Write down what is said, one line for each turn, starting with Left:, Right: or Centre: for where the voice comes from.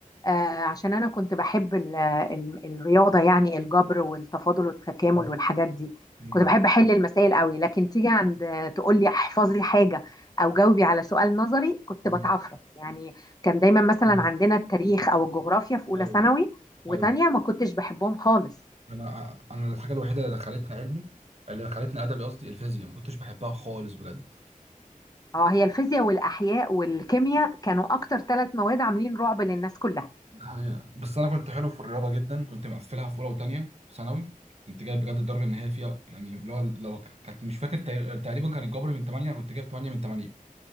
Left: آه، عشان انا كنت بحب ال ال الرياضه يعني الجبر والتفاضل والتكامل
Right: ايوه
Left: والحاجات دي
Right: مم.
Left: كنت بحب احل المسائل قوي لكن تيجي عند آه، تقول لي احفظي حاجه او جاوبي على سؤال نظري كنت
Right: مم.
Left: بتعفرت يعني كان دايما مثلا
Right: مم.
Left: عندنا التاريخ او الجغرافيا في اولى
Right: ايوه
Left: ثانوي وتانية
Right: ايوه
Left: ما كنتش بحبهم خالص
Right: انا انا الحاجه الوحيده اللي دخلتني علمي اللي دخلتني ادبي قصدي الفيزياء ما كنتش بحبها خالص بجد
Left: اه هي الفيزياء والاحياء والكيمياء كانوا اكتر ثلاث مواد عاملين رعب للناس كلها
Right: ده حقيقة. بس انا كنت حلو في الرياضه جدا كنت مقفلها في اولى وثانيه ثانوي كنت جايب بجد الدرجه ان هي فيها يعني اللي هو لو كانت مش فاكر تق- تقريبا كان الجبر من 8 كنت جايب 8 من 8